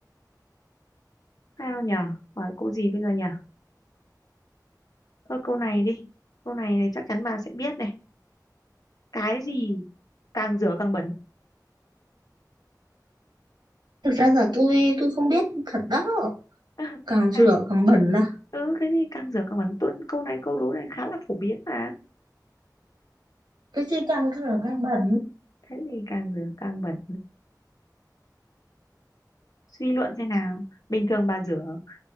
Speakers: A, on the left; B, on the right.
A: sao nhở hỏi câu gì bây giờ nhở thôi câu này đi câu này, này chắc chắn bà sẽ biết này cái gì càng rửa càng bẩn
B: thực ra là tôi tôi không biết thật đó
A: <laughs>
B: càng rửa
A: cái
B: càng bẩn à
A: ừ cái gì càng rửa càng bẩn tuân câu này câu đố này khá là phổ biến mà
B: cái gì càng rửa càng bẩn
A: thế thì càng rửa càng bẩn suy luận xem nào bình thường bà rửa